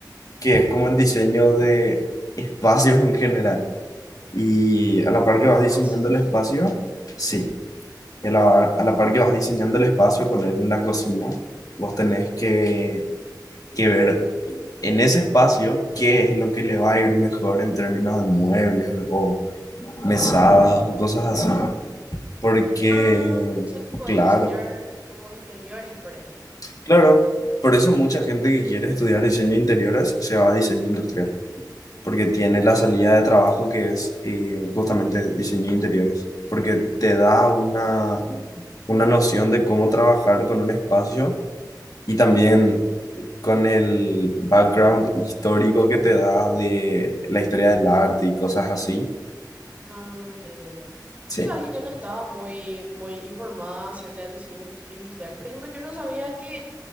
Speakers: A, on the left; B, on the right.
A: que
B: Sí.
A: es como el diseño de espacios en general. Y a la par que vas diseñando
B: Espacios.
A: el espacio, sí, y a la, a la par que vas diseñando el espacio, poner en la cocina, vos tenés que, que ver en ese espacio qué es lo que le va a ir mejor en términos de muebles o mesadas o cosas así. Porque,
B: Ah, o sea que podés
A: claro,
B: diseñar como interiores por ahí.
A: claro, por eso mucha
B: Ah,
A: gente que
B: ya.
A: quiere estudiar diseño de interiores se va a diseño industrial. porque tiene la
B: Ah,
A: salida de trabajo que es eh, justamente diseño de interiores, porque te da una, una noción de cómo trabajar con un espacio y también con el background histórico que te da de la historia del arte y cosas así.
B: ah, ya, ya, ya.
A: Sí.
B: Tú sabes que yo no estaba muy, muy informada acerca del diseño industri- industrial. Por ejemplo, yo no sabía que